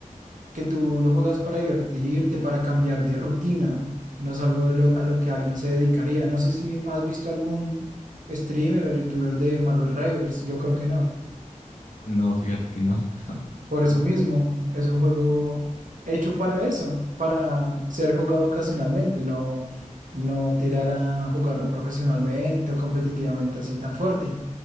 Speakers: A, on the right; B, on the left.
A: que tú lo juegas para divertirte, para cambiar de rutina. No es algo lo- a lo que alguien se dedicaría. No sé si has visto algún streamer o youtuber de Marvel Rivals. Yo creo que no.
B: No, fíjate que no. <laughs>
A: Por eso mismo, es un juego hecho para eso, para ser jugado ocasionalmente, no, no tirar a jugarlo profesionalmente o competitivamente así tan fuerte,